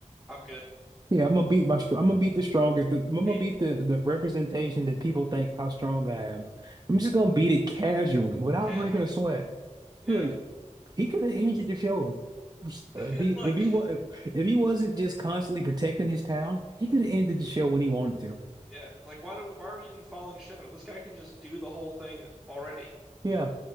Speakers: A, in the centre; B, on the right (about 30°).
A: I'm good."
B: Yeah, I'm gonna beat my str- I'm gonna beat the strongest. The, I'm gonna
A: Ain't
B: beat the, the representation that people think how strong I am. I'm just gonna beat it casually without
A: casually.
B: breaking a sweat.
A: Yeah.
B: Like he could have ended the show if
A: <laughs>
B: he
A: Like
B: if he was if he wasn't just constantly protecting his town. He could have ended the show when he wanted to.
A: Yeah, like why do we why are we even following Shinra? This guy can just do the whole thing already.
B: Yeah,